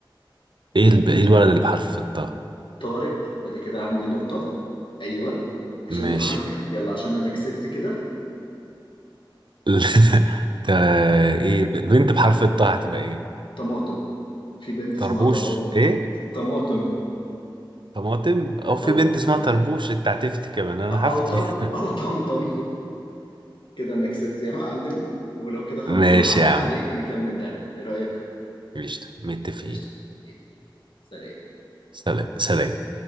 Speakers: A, on the right (about 65°); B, on the left (about 75°).
A: ايه الب... ايه الولد اللي بحرف الطا
B: طارق وادي كده عندي نقطة ايوه عشان
A: ماشي
B: <laughs> يلا عشان انا كسبت كده
A: <laughs> تا ايه ب- بنت بحرف الطاء هتبقى ايه
B: طماطم في بنت
A: طربوش
B: اسمها طماطم
A: ايه
B: طماطم
A: طماطم او في
B: او
A: بنت اسمها طربوش انت هتفتي كمان انا هفتي
B: او طم
A: <laughs>
B: او طمطم كده انا كسبت يا معلم ولو كده خلاص
A: ماشي
B: انا هعدي
A: يا
B: عليك
A: عم
B: نكمل لعب ايه رأيك
A: ماشي متفقين
B: قشطة. مية في المية. سلام
A: سلام سلام